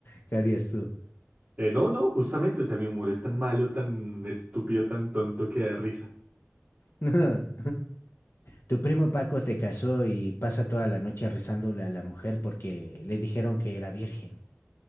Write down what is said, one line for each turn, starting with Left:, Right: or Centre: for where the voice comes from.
Left: ¿Qué harías tú?
Right: Eh, no, no, justamente, o sea, mi humor es tan malo, tan estúpido, tan tonto que da risa.
Left: <laughs> Tu primo Paco se casó y pasa toda la noche rezándole a la mujer porque le dijeron que era virgen.